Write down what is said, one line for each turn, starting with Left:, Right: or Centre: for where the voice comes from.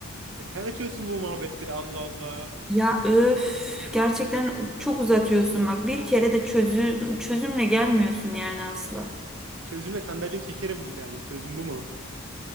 Right: E sen açıyorsun bu muhabbetleri Allah Allah.
Centre: Ya öf gerçekten çok uzatıyorsun bak bir kere de çözü çözümle gelmiyorsun yani asla.
Right: Çözümle sandalyeyi çekerim bir daha diyeyim. Çözüm bu mu?